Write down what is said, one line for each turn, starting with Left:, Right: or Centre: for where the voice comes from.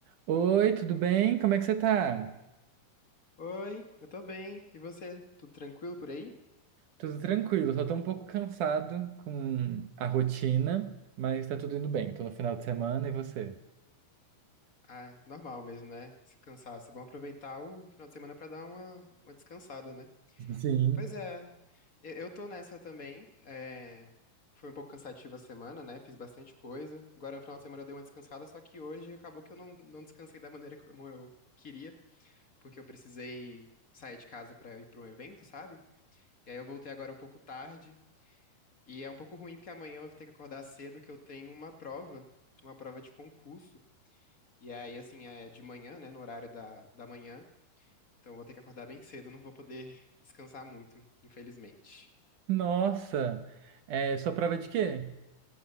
Right: Oi, tudo bem? Como é que você tá?
Left: Oi, eu tô bem. E você? Tudo tranquilo por aí?
Right: Tudo tranquilo, só tô um pouco cansado com a rotina, mas tá tudo indo bem. Tô no final de semana e você?
Left: Ah, normal mesmo, né? Se cansaço. É bom aproveitar o final de semana pra dar uma, uma descansada, né?
Right: Sim.
Left: Pois é, eu, eu tô nessa também. É, foi um pouco cansativa a semana, né? Fiz bastante coisa. Agora no final de semana eu dei uma descansada, só que hoje acabou que eu não, não descansei da maneira como eu queria, porque eu precisei sair de casa pra ir pra um evento, sabe? E aí eu voltei agora um pouco tarde. E é um pouco ruim porque amanhã eu vou ter que acordar cedo que eu tenho uma prova, uma prova de concurso. E aí, assim, é de manhã, né, no horário da, da manhã. Então eu vou ter que acordar bem cedo, não vou poder <laughs> descansar muito, infelizmente.
Right: Nossa, é sua prova é de quê?